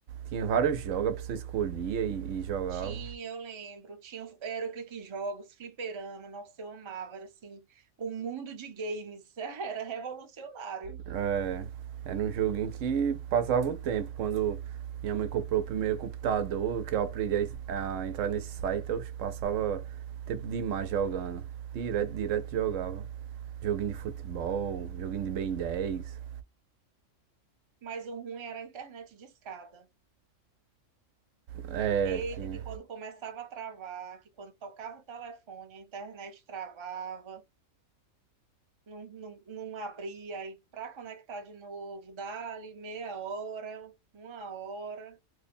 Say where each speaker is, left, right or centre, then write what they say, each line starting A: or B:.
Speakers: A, on the right (about 85°); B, on the right (about 35°).
A: Tinha vários jogos, a pessoa escolhia e, e jogava.
B: Tinha, eu lembro. Tinha, o- era aqueles jogos, fliperama. Nossa, eu amava. Era assim, o mundo de games. <laughs> Era revolucionário.
A: É, era um joguinho que passava o tempo. Quando minha mãe comprou o primeiro computador, que eu aprendi a a, entrar nesse site, eu passava tempo demais jogando. Direto, direto jogava. Joguinho de futebol, joguinho de Ben dez
B: Mas o ruim era a internet de escada
A: É,
B: Eita,
A: que,
B: que quando começava a travar, que quando tocava o telefone, a internet travava, não, não, não abria. Aí para conectar de novo, dali meia hora, uma hora.